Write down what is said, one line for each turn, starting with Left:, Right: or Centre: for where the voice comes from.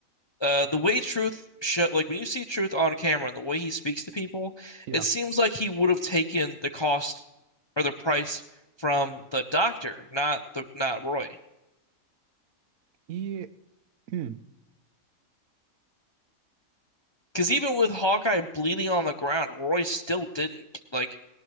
Left: uh, the way Truth show, like when you see Truth on camera and the way he speaks to people,
Right: yeah,
Left: it seems like he would have taken the cost or the price from the doctor, not the not Roy.
Right: yeah, mm.
Left: Because even with Hawkeye bleeding on the ground, Roy still didn't like